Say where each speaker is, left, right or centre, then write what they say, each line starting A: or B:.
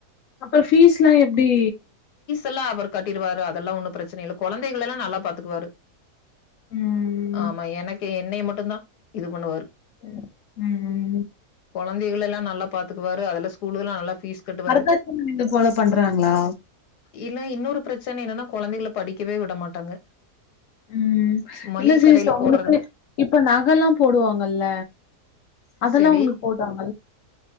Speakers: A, on the left; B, on the left.
A: அப்ப ஃபீஸ்லா எப்டி
B: எல்லா அவரு கட்டிடுவாரு அதெல்லா ஒன்னும் ப்ரச்சன இல்ல கொழந்தைகளல்லா நல்லா பாத்துக்குவாரு
A: ம்
B: ஆமா எனக்கு என்னைய மட்டுந்தா இது பண்ணுவாரு
A: ம் ம் ம்
B: கொழந்தைகளெல்லா நல்லா பாத்துக்குாரு அதல்லா ஸ் கூலெல்லா அல்லா ஃபீஸ் கட்டுவாரு
A: வரதட்சண இது போல பண்றாங்களா
B: இல்ல இன்னொரு ப்ரச்சன என்னன்னா கொழந்தைகள படிக்கவே விட மாட்டாங்க
A: ம்
B: மளிகை
A: இல்ல சிஸ்
B: கடையில
A: அவங்களுக்கு
B: போடுறதுக்கு
A: இப்ப நகல்லா போடுவாங்கல்ல அதெல்லா
B: சரி.
A: உங்களுக்கு போடாங்